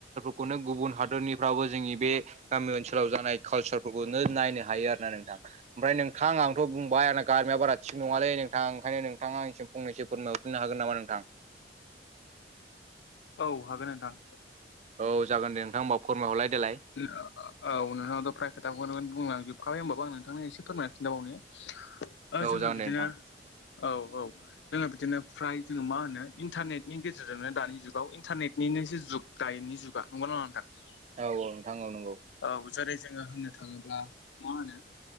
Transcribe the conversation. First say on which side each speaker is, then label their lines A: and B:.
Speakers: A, on the right; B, on the left.
A: खौनो गुबुन हादरनिफ्राबो जोंनि बे गामि ओनसोलाव जानाय कालसारफोरखौनो नायनो हायो आरो ना नोंथां ओमफ्राय नोंथां आंथ' बुंबाय आंना गारमाया बारा थिग नङालै नोंथां ओंखायनो नों थाङा एसे फ‌ंनैसो फोरमायहरफिननो हागोन नामा नोंथां?
B: औ हागोन नोंथां।
A: औ जागोन दे नोंथां ओमबा फोरमायहरलाय देलाय।
B: औ नोंथाङाथ फ्राय खोथाखौ बुंलांजोबखाबाय होमबाबो आं नोंथांनो एसे फोरमायना खिन्थाबावनो जोङो
A: औ जागोन
B: बिदिनो
A: दे नोंथां
B: औ औ जोङो बिदिनो फ्राय जोङो मा होनो इन्टारनेटनि गेजेरजोंनो दानि जुगाव इन्टारनेटनिनो जे जुग गायनि जुगा नंगौ ना नङा नोंथां
A: औ औ नोंथां औ नंगौ।
B: औ जेरै जोङो होननो थाङोब्ला मा होनो